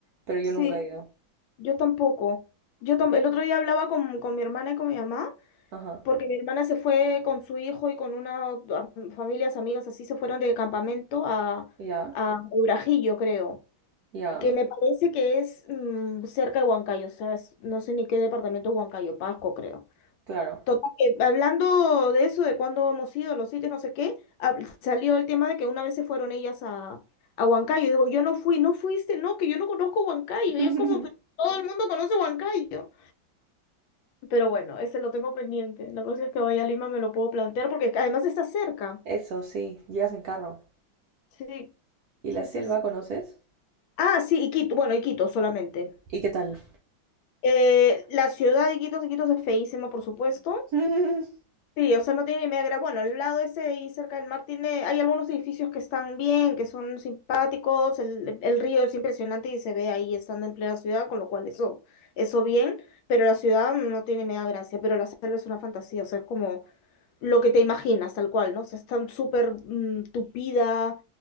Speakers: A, on the right; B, on the left.
A: pero yo
B: sí.
A: nunca he ido.
B: Yo tampoco. Yo tam- el otro día hablaba con, con mi hermana y con mi mamá,
A: Ajá.
B: porque mi hermana se fue con su hijo y con una o- a- familias, amigas, así se fueron de campamento a,
A: Ya,
B: a Urajillo, creo,
A: ya,
B: que me parece que es mm, cerca de Huancayo, o sea, es- no sé ni qué departamento es Huancayo, Pasco, creo.
A: claro.
B: Total, que hablando de eso, de cuándo hemos ido, los sitios, no sé qué, hab- salió el tema de que una vez se fueron ellas a, a Huancayo. Digo, yo no fui, no fuiste, no, que yo no conozco Huancayo.
A: <laughs>
B: Y yo como, "Pero todo el mundo conoce Huancayo. Pero bueno, ese lo tengo pendiente. La próxima vez que vaya a Lima me lo puedo plantear porque además está cerca.
A: Eso sí, llegas en carro.
B: Sí,
A: ¿Y la
B: sí,
A: selva
B: sí, sí.
A: conoces?
B: Ah, sí, Iquitos. Bueno, Iquitos solamente.
A: ¿Y qué tal?
B: Eh, la ciudad de Iquitos, Iquitos es feísima, por supuesto.
A: <laughs>
B: Sí, o sea, no tiene ni media gra- Bueno, al lado ese de ahí cerca del mar tiene, hay algunos edificios que están bien, que son simpáticos. El, el río es impresionante y se ve ahí estando en plena ciudad, con lo cual eso, eso bien. Pero la ciudad no tiene media gracia, pero la selva es una fantasía. O sea, es como lo que te imaginas, tal cual, ¿no? O sea, está súper mm, tupida.